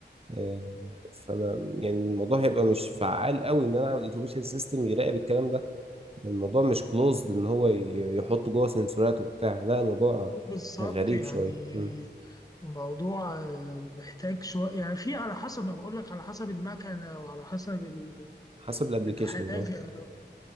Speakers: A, on the right; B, on the left.
A: آه، فانا يعني الموضوع هيبقى مش فعال قوي ان انا اعمل اوتوميشن سيستم يراقب الكلام ده الموضوع مش كلوزد ان هو ي- يحط جوه سنسورات وبتاع لا الموضوع
B: بالظبط
A: غريب
B: يعني
A: شويه مم.
B: الموضوع آه، محتاج شوية يعني في على حسب ما بقول لك على حسب المكنة وعلى حسب ال-
A: حسب الابلكيشن
B: الحاجة
A: اه
B: ال-